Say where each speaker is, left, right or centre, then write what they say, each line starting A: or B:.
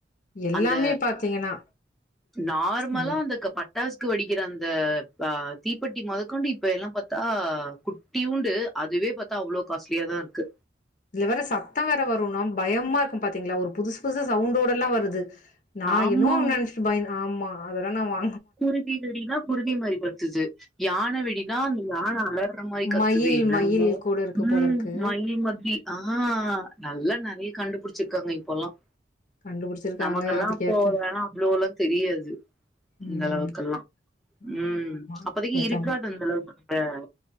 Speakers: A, on the left (about 45°); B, in the centre.
A: எல்லாமே
B: அந்த
A: பாத்தீங்கன்னா
B: நார்மலா
A: நம்ம
B: அந்த க பட் பட்டாஸ்கு வெடிக்கிற அந்த ஆஹ் தீப்பெட்டி மொதகொண்டு இப்ப எல்லாம் பாத்தா குட்டியூண்டு அதுவே பாத்தா அவ்ளோ காஸ்ட்லி ஏதோ இருக்கு
A: இதுல வேற சத்தம் வேற வரும்னா பயமா இருக்கும் பாத்தீங்களா ஒரு புதுசு புதுசு சவுண்டோட எல்லாம் வருது நான்
B: ஆமா
A: இன்னும் நெனைச்சிட்டு பயன் ஆமா அதெல்லாம் நா வா
B: குருவி வெடினா குருவி மாரி கத்துது யானை வெடினா அந்த யானை அலர்ற மாரி கத்துது
A: மயில்
B: என்னன்னமோ
A: மயில் கூட இருக்கு
B: உம்
A: போல இருக்கு
B: மயி மத்தி ஆஹ் நல்லா நெறைய கண்டுபிடிச்சிருக்காங்க இப்பல்லாம்
A: கண்டுபிடிச்சிருக்காங்க
B: நமக்கெல்லாம்
A: அதுக்கேத்த
B: போகலன்னா அவ்ளோல்லாம் தெரியாது இந்த
A: ம்
B: அளவுக்கெல்லாம்
A: ஆமா
B: உம்
A: ஆமா
B: அப்பதைக்கி
A: ஏத்த
B: இருக்காது அந்த அளவுக்கு <unintelligible>